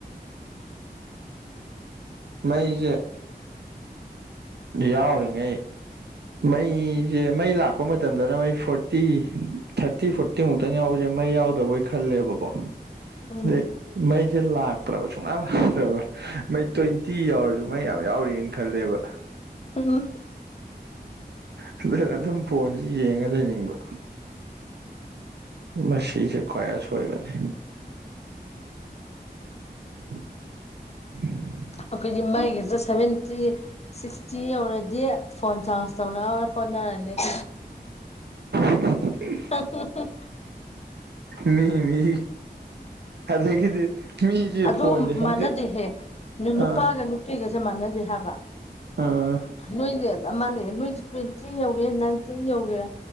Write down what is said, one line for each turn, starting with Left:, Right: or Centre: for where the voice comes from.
Right: ꯃꯩꯁꯦ ꯌꯥꯎꯔꯤꯉꯩ ꯃꯩꯁꯦ ꯃꯩ ꯂꯥꯛꯄ ꯃꯇꯝꯗꯅ ꯃꯩ ꯐꯣꯔꯇꯤ ꯊꯥꯔꯇꯤ ꯐꯣꯔꯇꯤ ꯇꯤꯃꯨꯛꯇꯪ ꯌꯥꯎꯕꯁꯦ ꯃꯩ ꯌꯥꯎꯗꯕꯣꯏ ꯈꯜꯂꯦꯕꯀꯣ
Left: ꯎꯝ
Right: ꯑꯗꯩ ꯃꯩꯁꯦ ꯂꯥꯛꯇ꯭ꯔꯕ ꯁꯨꯡꯂꯥꯛ ꯂꯥꯛꯇ꯭ꯔꯕ ꯃꯩ ꯇ꯭ꯋꯦꯟꯇꯤ ꯌꯥꯎꯔꯁꯨ ꯃꯩ ꯌꯥꯝ ꯌꯥꯎꯔꯤꯅ ꯈꯜꯂꯦꯕ
Left: ꯑꯣ ꯍꯣ
Right: ꯑꯗꯨꯅ ꯑꯗꯨꯝ ꯐꯣꯟꯖꯤ ꯌꯦꯡꯉꯒ ꯂꯩꯅꯤꯡꯕ ꯃꯁꯤꯖꯨ ꯈꯋꯥꯏ ꯑꯁꯣꯏꯕꯅꯤ <inaudible>
Left: ꯑꯩꯈꯣꯏꯗꯤ ꯃꯩꯒꯤꯖꯦ ꯁꯚꯦꯟꯇꯤ ꯁꯤꯛꯁꯇꯤ ꯌꯧꯔꯗꯤ ꯐꯣꯟ ꯆꯥꯔꯖ ꯇꯧꯅꯉꯥꯏ ꯍꯣꯠꯅꯔꯅꯤ
Right: <unintelligible>
Left: <unintelligible>
Right: ꯃꯤ ꯃꯤ ꯑꯗꯒꯤꯗꯤ ꯃꯤꯁꯦ
Left: ꯑꯗꯨ
Right: ꯐꯣꯟꯁꯦ ꯍꯟꯗ꯭ꯔꯦꯠ
Left: ꯃꯥꯟꯅꯗꯦꯍꯦ ꯅꯨꯄꯥꯒ
Right: ꯑꯥ
Left: ꯄꯤꯒꯁꯦ ꯃꯥꯟꯅꯗꯦ ꯍꯥꯏꯕ
Right: ꯑꯥ
Left: ꯅꯣꯏꯒ ꯑꯃ ꯂꯩ ꯅꯣꯏꯗꯤ ꯇ꯭ꯋꯦꯟꯇꯤ ꯌꯧꯒꯦꯔ ꯅꯥꯏꯟꯇꯤꯟ ꯌꯧꯒꯦꯔꯥ